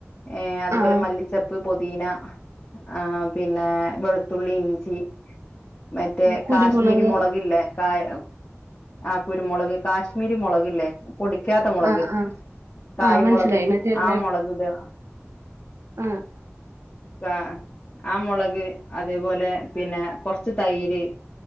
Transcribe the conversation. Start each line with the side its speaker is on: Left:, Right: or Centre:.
Left: ഏഹ് അതുപോലെ
Right: ആഹ്.
Left: മല്ലിച്ചപ്പ് പൊദീന ആഹ് പിന്നെ വെളു ത്തുള്ളി ഇഞ്ചി മറ്റേ
Right: ആഹ്. കുരുമുളക്.
Left: കാശ്മീരി മുളകില്ലേ കായ ആഹ് കുരുമൊളക് കാശ്മീരി മൊളകില്ലേ പൊടിക്കാത്ത മൊളക്
Right: ആഹ്. ആഹ്.
Left: കായ്മൊളക്
Right: ആഹ്. മനസ്സിലായി. മറ്റേല്ല
Left: ആഹ് മൊളക് ഇടാ
Right: ആഹ്
Left: കാ ആഹ് മൊളക് അതേപോലെ പിന്നെ കൊറച്ച് തൈര്